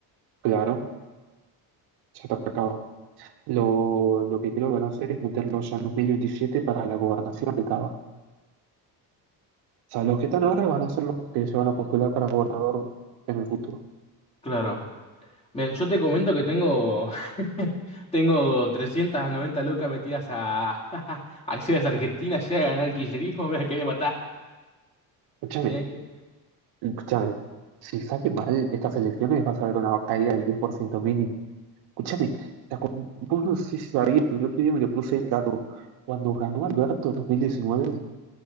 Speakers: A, on the right (about 75°); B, on the left (about 15°).
A: claro, ya está acabado Lo, lo que creo que van a hacer es meterlo ya en 2027 para la gobernación de Cava. O sea, los que están ahora van a ser los que se van a postular para gobernador en el futuro.
B: Claro. Bien, yo te comento que tengo, <laughs> tengo 390 locas metidas a <laughs> acciones argentinas, llega a ganar el kirchnerismo, me la quería matar.
A: Escúchame,
B: Mirá que-
A: escúchame. Si sale mal estas elecciones vas a ver una caída del 10% mínimo. Escúchame, ¿te acu- vos no sé si sabías, pero el otro día me lo puse el dato. Cuando ganó Alberto en dos mil diecinueve